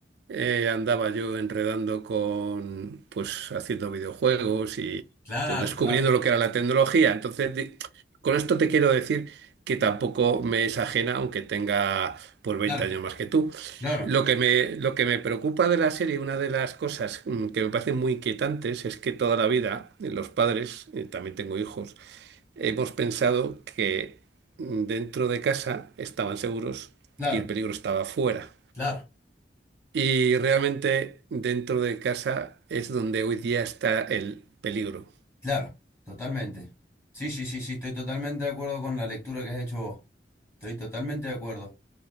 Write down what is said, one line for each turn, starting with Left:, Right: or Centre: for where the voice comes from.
Right: eh, andaba yo enredando con, pues haciendo videojuegos y
Left: Claro,
Right: pues descubriendo
Left: claro,
Right: lo que era la tecnología. Entonces, di- con esto te quiero decir que tampoco me es ajena, aunque tenga pues
Left: claro,
Right: 20 años más que tú.
Left: claro,
Right: Lo que me, lo que me preocupa de la serie, una de las cosas mm, que me parecen muy inquietantes, es que toda la vida eh, los padres, eh, también tengo hijos, hemos pensado que dentro de casa estaban seguros
Left: claro,
Right: y el peligro estaba fuera.
Left: claro,
Right: Y realmente dentro de casa es donde hoy día está el peligro.
Left: claro, totalmente. Sí, sí, sí, sí, estoy totalmente de acuerdo con la lectura que has hecho vos. Estoy totalmente de acuerdo.